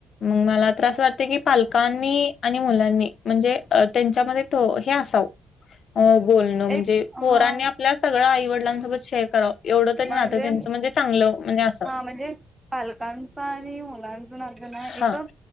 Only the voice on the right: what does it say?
एक हा
म्हणजे
म्हणजे? पालकांच आणि मुलांच नात ना,
एकदम